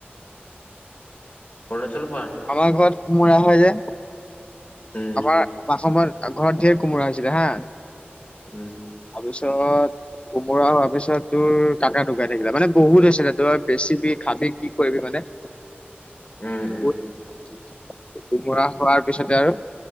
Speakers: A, on the left; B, on the left.
A: অৰুণাচল
B: আমাৰ ঘৰত কোমোৰা হয় যে
A: উম
B: আমাৰ পাছমই আৰু ঘৰতে কুমোৰা হৈছিলে হা।
A: উম
B: পিছত কোমোৰা হোৱাৰ পিছত তোৰ কাকা ঢুকাই থাকিলে মানে বহুত হৈছিলে তোৰ বেছিবি খাবি কি কৰিবি মানে। <inaudible>
A: উম
B: বহুত
A: উম।
B: হৈছিলে। কোমোৰা হোৱাৰ পিছতে আৰু